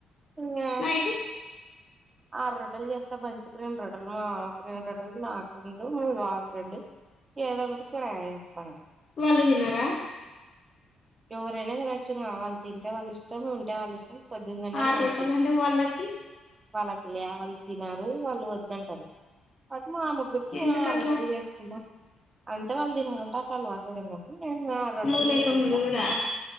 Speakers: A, on the right; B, on the left.
A: ఇంగా
B: నైట్
A: ఆర్రో ట్టల్ చేస్తా మంచికి రెండు రోట్టల్ మావాక్ రెండు రొట్టల్ నాకు రెండు మీ బావాకు రెండు ఏదో ఒకటికూరగాయిలిస్తా
B: వాళ్ళు తినరా
A: ఎవరైనా తినొచ్చు ఇంగ వాళ్ళు తింటే వాళ్ళు ఇష్టం ఉంటే వాళ్ళ ఇష్టం పొద్దుగన్నే
B: ఆరు
A: తినొచ్చు
B: రొట్టెలు అంటే వాళ్ళకి
A: వాళ్ళకి లే వాలు తినరు వాళ్ళు వద్దంటారు మా ముగ్గురికి <unintelligible>
B: ఎందుకట్లా
A: ఆరు రోట్టెలు చేసుకుంటాం అంతే వాళ్ళు తినరంట అట్లా అలవాటు వడి ఇంగా ఇంగ ఆర్రోట్టెల్
B: నువ్వు లేక
A: చేసిస్తా
B: ముందు కూడా